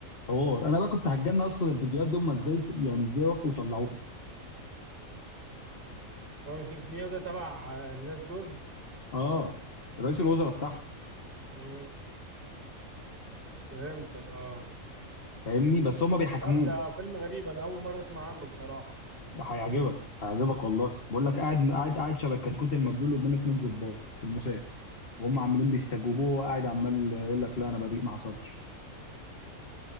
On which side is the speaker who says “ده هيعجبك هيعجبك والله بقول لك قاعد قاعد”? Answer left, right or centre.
Left